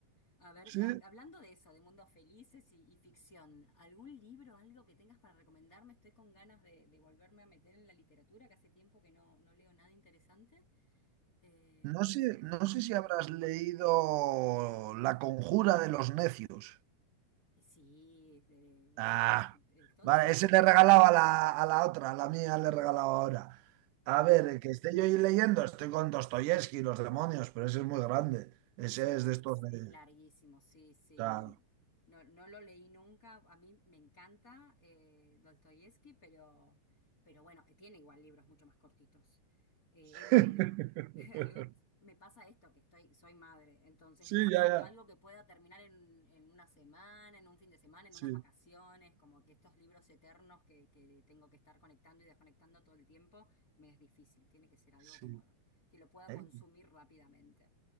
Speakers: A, on the left (about 25°); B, on the right (about 85°).
A: A ver,
B: Sí.
A: ha- hablando de eso, de mundos felices y, y ficción, ¿algún libro, algo que tengas para recomendarme? Estoy con ganas de, de volverme a meter en la literatura, que hace tiempo que no, no leo nada interesante. Eh,
B: No
A: a
B: sé,
A: ver si puedes
B: no
A: recomendarme
B: sé si habrás
A: algo.
B: leído La conjura de los necios.
A: Eh, Sí, de,
B: Ah,
A: eh, eh, Tolstoy,
B: vale, ese
A: ¿no?
B: le regalaba a la, a la otra, a la mía le regalaba ahora. A ver, el que esté yo ahí leyendo, estoy con Dostoyevsky, los demonios, pero ese es muy grande. Ese
A: Eh, Sí,
B: es de
A: es,
B: estos de...
A: es larguísimo, sí, sí,
B: claro.
A: no, no, no lo leí nunca. A mí me encanta eh, Dostoyevsky, pero, pero bueno, eh, tiene igual libros mucho más cortitos. Eh,
B: <laughs>
A: he leído <laughs> algo, me pasa esto, que estoy, soy madre, entonces
B: Sí,
A: necesito
B: ya, ya.
A: algo que pueda terminar en, en una semana, en un fin de semana, en
B: Sí,
A: unas vacaciones, como que estos libros eternos que, que tengo que estar conectando y desconectando todo el tiempo, me es difícil, tiene que ser algo
B: sí.
A: como que lo pueda
B: ¿Eh?
A: consumir rápidamente.